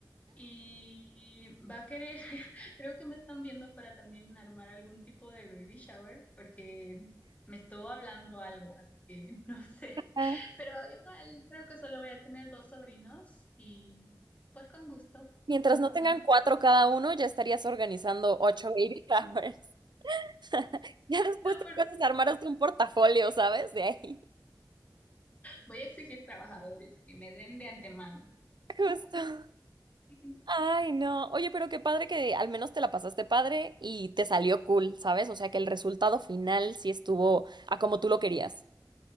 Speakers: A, on the left (about 20°); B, on the right (about 75°).
A: Y va a querer, <laughs> creo que me están viendo para también armar algún tipo de baby shower, porque me estuvo hablando algo, así que <laughs> no sé.
B: Ah,
A: Pero igual, creo que solo voy a tener dos sobrinos y pues con gusto.
B: Mientras
A: Ujú.
B: no tengan cuatro cada uno, ya estarías organizando ocho baby showers. <laughs> Ya después
A: No,
B: te
A: por
B: puedes
A: favor.
B: armar hasta un portafolio, ¿sabes? De ahí.
A: Voy a exigir trabajadores que me den de antemano.
B: <laughs> Justo.
A: <laughs>
B: Ay, no. Oye, pero qué padre que al menos te la pasaste padre y te salió cool, ¿sabes? O sea, que el resultado final sí estuvo a como tú lo querías.